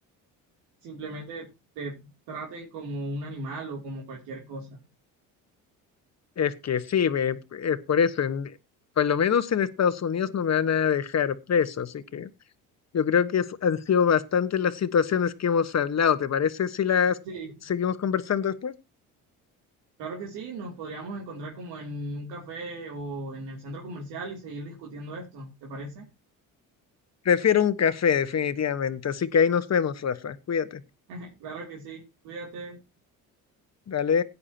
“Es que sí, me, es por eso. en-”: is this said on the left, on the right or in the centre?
Left